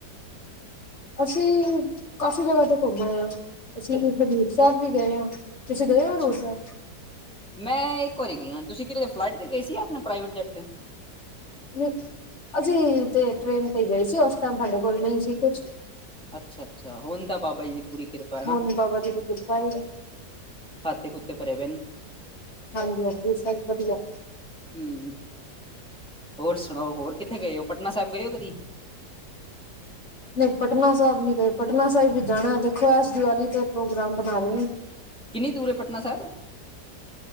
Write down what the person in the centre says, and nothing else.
ਅੱਛਾ
ਮੈਂ ਇੱਕ ਵਾਰੀ ਗਈ ਆ ਤੁਸੀਂ ਕਿਦੇ ਤੇ ਫਲਾਈਟ ਤੇ ਗਏ ਸੀ ਜਾ ਆਪਣੇ ਪ੍ਰਾਈਵੇਟ ਜੈਟ ਤੇ।
ਅੱਛਾ- ਅੱਛਾ ਹੁਣ ਤਾਂ ਬਾਬਾ ਜੀ ਦੀ ਪੂਰੀ ਕਿਰਪਾ ਹੈ ਨਾ
ਖਾਤੇ -ਖੂਤੇ ਭਰੇ ਪਏ ਨ
ਹੂੰ ਹੋਰ ਸੁਣਾਓ ਹੋਰ ਕਿੱਥੇ ਗਏ ਔ ਪਟਨਾ ਸਾਹਿਬ ਗਏ ਓ ਕਦੀ।
ਕਿੰਨੀ ਦੂਰ ਐ ਪਟਨਾ ਸਾਹਿਬ।